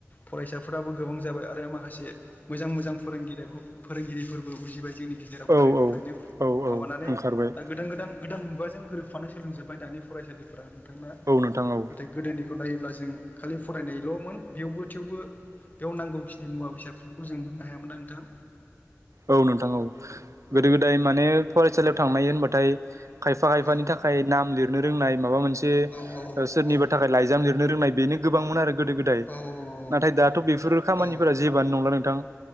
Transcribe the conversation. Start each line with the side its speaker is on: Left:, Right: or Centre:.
Left: फरायसाफोरा गोबां जाबाय आरो माखासे मोजां मोजां फोरोंगिरि फोरोंगिरिफोरबो उजिबाय जोंनि गेजेराव
Right: औ
Left: गोदोनिफ्रायनो
Right: औ औ औ
Left: माबानानै
Right: ओंखारबाय
Left: दा गोदान गोदान गोदान मुगाजों गोरोबफानो सोलोंजोब्बाय दानि फरायसालिफ्रा नोंथाङा
Right: औ नोंथां औ
Left: नाथाय गोदोनिखौ नायोब्ला जों खालि फरायनायल'मोन बेवबो थेवबो बेयाव नांगौखिनि मुवा बेसादफोरखौ जों मोननो हायामोन ना नोंथां।
Right: औ नोंथां औ
Left: औ
Right: गोदो गोदाय माने फरायसालियाव थांनाय होनबाथाय खायफा खायफानि
Left: औ
Right: थाखाय नाम लिरनो रोंनाय माबा मोनसे
Left: औ
Right: सोरनिबा
Left: औ
Right: थाखाय लाइजाम लिरनो रोंनाय बेनो गोबांमोन आरो गोदो गोदाय
Left: औ औ
Right: नाथाय दाथ' बेफोर खामानिफोरा
Left: औ
Right: जेबानो नंला नोंथां।